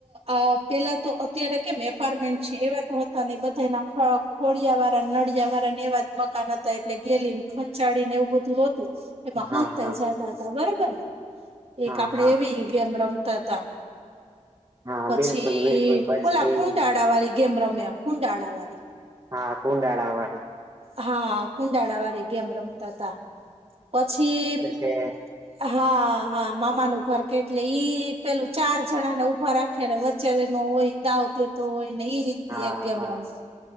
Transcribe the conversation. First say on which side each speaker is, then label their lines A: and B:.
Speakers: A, on the right (about 50°); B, on the right (about 30°).
A: અ પેલા તો અત્યારે કેમ એપાર્ટમેન્ટ છે એવા તો હતા નય બધા એના ખળક ખોળિયા વારા નળિયા વારાને એવા જ મકાન હતા એટલે ગેલીને ખંચાડીને એવું બધું હો. એમાં હોનતાઈ
B: હા હા
A: જતા હતા બરાબર ને એક
B: હા
A: આપડે
B: હા
A: એવી ગેમ રમતા હતા
B: હા
A: પછી
B: બિલકુલ બિલકુલ પછી
A: ઓલા કુંડાળા વાળી ગેમ રમ્યા કુંડાળ વાળી
B: હા કુંડાાળવાય
A: હા કુંડાળા વાળી ગેમ રમતા હતા પછી
B: હમ
A: હા હા મામાનું ઘર કેટલે ઈ પેલું ચાર જણા ને ઉભા રાખે ને વચ્ચે ન હોય દ આવતી તો હોય ને એઈ રીત
B: હા
A: ની એક ગેમ
B: હા
A: રમતો